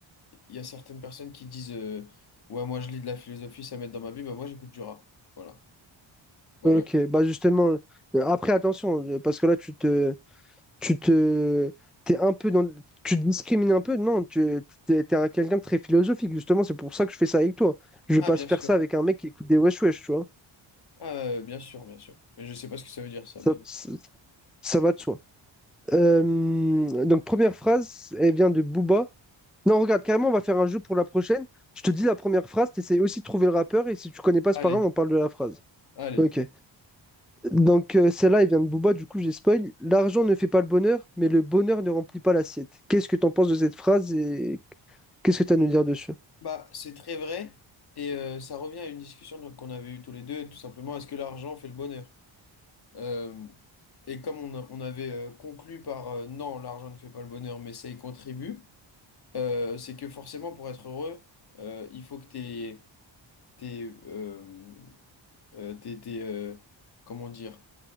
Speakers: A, on the left (about 55°); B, in the centre.
A: il y a certaines personnes qui disent, euh, ouais, moi je lis de la philosophie, ça m'aide dans ma vie. Bah, moi j'écoute du rap. Voilà, voilà.
B: Ok, bah justement, euh, après attention, euh, parce que là tu te, tu te, t'es un peu dans, tu te discrimines un peu, non, tu, t'es, t'es un- quelqu'un de très philosophique, justement, c'est pour ça que je fais ça avec toi. Je vais
A: Ah,
B: pas
A: bien
B: se faire
A: sûr.
B: ça avec un mec qui écoute des wesh wesh, tu vois.
A: Ah, euh, bien sûr, bien sûr. Mais je sais pas ce que ça veut dire, ça,
B: Ça,
A: mais. bon.
B: ça, ça va de soi. Euh, donc première phrase, elle vient de Booba. Non, regarde, carrément, on va faire un jeu pour la prochaine. Je te dis la première phrase, t'essayes aussi de trouver le rappeur, et si tu connais pas,
A: Allez,
B: c'est pas grave, on parle de la phrase.
A: allez.
B: Ok. Donc, euh, celle-là, elle vient de Booba, du coup, j'ai spoil. L'argent ne fait pas le bonheur, mais le bonheur ne remplit pas l'assiette. Qu'est-ce que t'en penses de cette phrase et qu'est-ce que tu as à nous dire dessus?
A: Bah, c'est très vrai, et euh, ça revient à une discussion donc, qu'on avait eue tous les deux, tout simplement, est-ce que l'argent fait le bonheur? Euh, et comme on, a- on avait euh, conclu par euh, non, l'argent ne fait pas le bonheur, mais ça y contribue, euh, c'est que forcément, pour être heureux, euh, il faut que tes, tes, euh, euh, tes, tes, euh, comment dire,